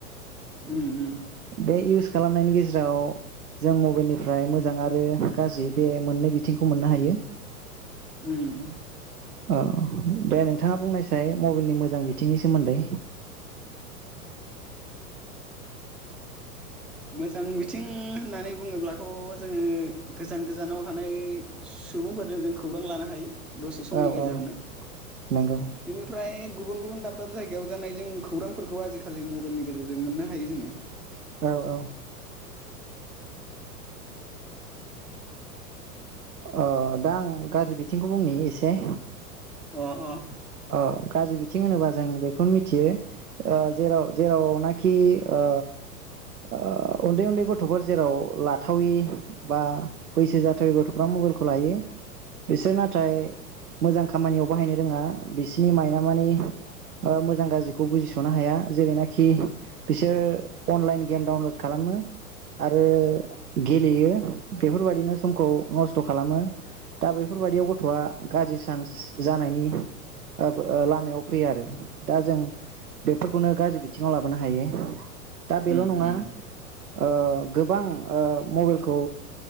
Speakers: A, in the centre; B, on the right (about 80°).
A: उम उम
B: बे इउस खालामनायनि गेजेराव जों मबाइलनिफ्राय मोजां आरो गाज्रि बे मोननै बिथिंखौ मोननो हायो।
A: उम उम
B: औ दे नोंथाङा बुंनायसाय मबाइलनि मोजां बिथिंनि सोमोन्दै।
A: मोजां बिथिं होननानै बुङोब्लाथ' जोङो। गोजान गोजानाव थानाय सुबुंफोरजों जों खौरां लानो हायो। दसे समनि
B: औ
A: गेजेरावनो
B: औ नंगौ
A: बेनिफ्राय गुबुन गुबुन दाब दाब जायगायाव जानाय जों खौरांफोरखौ आजिखालि मबाइलनि गेजेरजों मोननो हायो जोङो। <inaudible>
B: औ औ। अ दा आं गाज्रि बिथिंखौ बुंनि एसे।
A: अ अ
B: औ गाज्रि बिथिं होनोबा जों बेखौनो मिथियो ओ जेराव जेरावनाखि ओ ओ उन्दै उन्दै गथ'फोर जेराव लाथावि बा बैसो जाथावै गथ'फ्रा मबाइलखौ लायो बिसोरो नाथाय मोजां खामानियाव बाहायनो रोङा। बिसोरनि माइना माने ओ मोजां गाज्रिखौ बुजिस'नो हाया जेरैनाखि बिसोर अनलाइन गेम डाउनलड खालामो आरो गेलेयो बेफोरबायाददिनो समखौ नस्थ' खालामो दा बेफोरबायदियाव गथ'आ गाज्रि सान्स जानायनि आब आ लामायाव फैयो आरो दा जों बेफोरखौनो गाज्रि बिथिङाव लाबोनो हायो। दा बेल'
A: उम
B: नङा
A: उम
B: ओ गोबां ओ मबेइलखौ